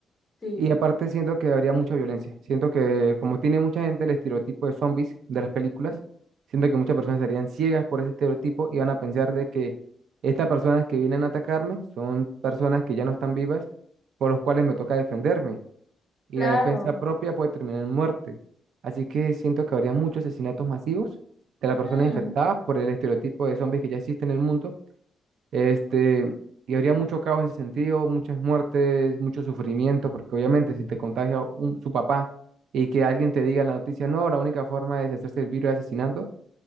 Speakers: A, on the left (about 20°); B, on the right (about 65°).
A: Sí,
B: Y aparte siento que habría mucha violencia. Siento que como tiene mucha gente el estereotipo de zombies de las películas, siento que muchas personas estarían ciegas por ese estereotipo y van a pensar de que estas personas que vienen a atacarme son personas que ya no están vivas, por los cuales me toca defenderme y
A: claro.
B: la defensa propia puede terminar en muerte. Así que siento que habría muchos asesinatos masivos de las personas
A: Mm,
B: infectadas por el estereotipo de zombies que ya existe en el mundo. Este, y habría mucho caos en ese sentido, muchas muertes, mucho sufrimiento, porque obviamente si te contagia un, su papá y que alguien te diga en la noticia, no, la única forma de deshacerse del virus es asesinando,